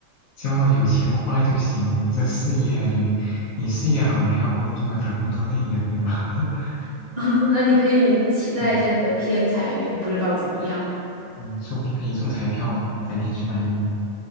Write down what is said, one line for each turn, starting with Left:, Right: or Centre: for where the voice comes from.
Left: 只要有钱花就行。你这事业，你你事业好，你还要工作，打工多累呀，对吧？<laughs>
Right: <laughs> 那你可以期待一下你的偏财运，
Left: 嗯
Right: 不知道怎么样，
Left: 嗯，说不定可以中彩票呢，改天去买一买。